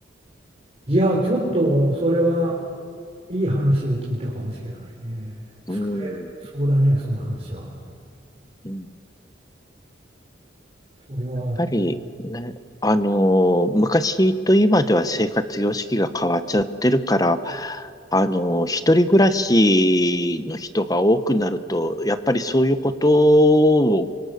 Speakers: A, on the right (about 30°); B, on the left (about 20°).
A: いや、ちょっとそれはいい話を聞いたかもしれないね。使えそうだね、
B: うん、
A: その話は。
B: うん
A: それは、
B: やっぱりね、あのー昔と今では生活様式が変わっちゃってるから、あのー一人暮らしの人が多くなると、やっぱりそういうことを